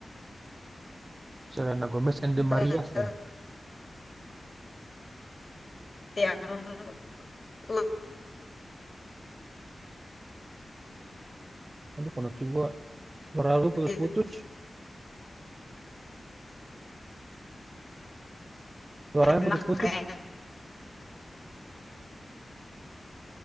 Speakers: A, on the right; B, on the left.
A: Selena Gomez and the Marias
B: banget
A: ya.
B: yang lembut
A: Aduh koneksi gue Suara lu putus-putus,
B: gitu.
A: suaranya
B: enak
A: putus-putus.
B: kayak